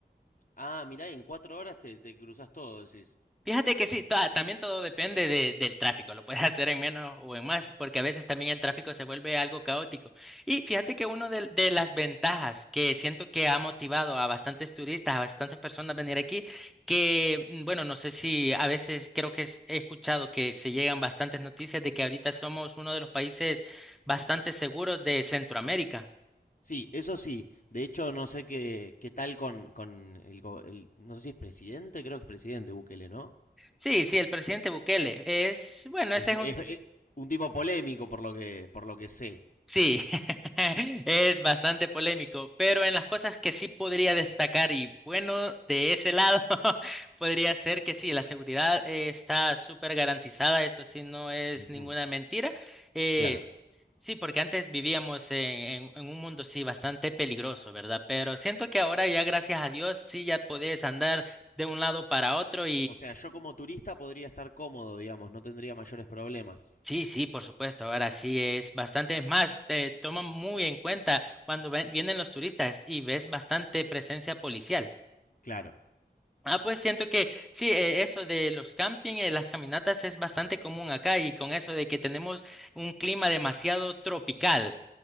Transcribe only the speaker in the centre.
Fíjate que sí, toda- también todo depende de- del tráfico, lo puedes <laughs> hacer en menos o en más, porque a veces también el tráfico se vuelve algo caótico. Y fíjate que una de, de las ventajas que siento que ha motivado a bastantes turistas, a bastantes personas a venir aquí, que mm, bueno, no sé si a veces creo que es- he escuchado que se llegan bastantes noticias de que ahorita somos uno de los países bastante seguros de Centroamérica.
Sí, sí, el presidente Bukele es, bueno,
ese
es un
Sí, <laughs> es bastante polémico, pero en las cosas que sí podría destacar y bueno, de ese lado, <laughs> podría ser que sí, la seguridad eh, está súper garantizada, eso sí, no es
ninguna mentira. Eh,
sí, porque antes vivíamos en, en- en un mundo, sí, bastante peligroso, ¿verdad? Pero siento que ahora ya, gracias a Dios, sí, ya podés andar de un lado para otro
Sí, sí, por supuesto. Ahora sí es bastante es más. Te toman muy en cuenta cuando ven- vienen los turistas y ves bastante presencia policial.
Ah, pues siento que sí, eh, eso de los camping, eh, las caminatas es bastante común acá y con eso de que tenemos un clima demasiado tropical.